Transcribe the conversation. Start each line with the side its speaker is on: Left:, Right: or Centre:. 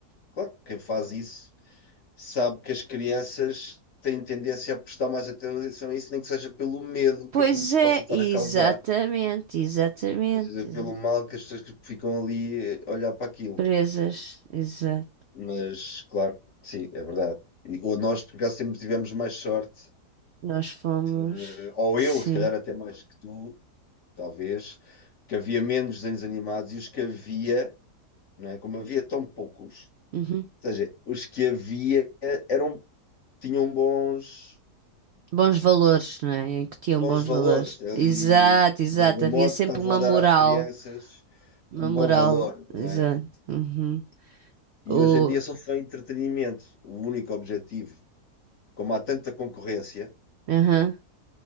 Left: claro, quem faz isso sabe que as crianças têm tendência a prestar mais atenção a isso, nem que seja pelo medo
Right: Pois
Left: que aquilo lhes
Right: é,
Left: possa estar
Right: exatamente,
Left: a causar.
Right: exatamente.
Left: Ou seja, pelo
Right: exa-
Left: mal que as pessoas que ficam ali a olhar para aquilo.
Right: Presas, exato.
Left: Mas, claro, sim, é verdade. E, ou nós, por acaso, sempre tivemos mais sorte,
Right: Nós fomos,
Left: eh, ou
Right: sim.
Left: eu, se calhar até mais que tu, talvez, que havia menos desenhos animados e os que havia, não é? Como havia tão poucos,
Right: Uhum.
Left: ou seja, os que havia eram, tinham bons,
Right: Bons valores, não é? Em que tinham
Left: bons
Right: bons
Left: valores,
Right: valores.
Left: ali,
Right: Exato, exato.
Left: de algum
Right: Havia
Left: modo,
Right: sempre
Left: estavam
Right: uma
Left: a dar
Right: moral.
Left: às crianças
Right: Uma
Left: um bom
Right: moral,
Left: valor, não
Right: exato.
Left: é?
Right: Uhum.
Left: E
Right: O,
Left: hoje em dia só foi entretenimento, o único objetivo. como há tanta concorrência
Right: aham.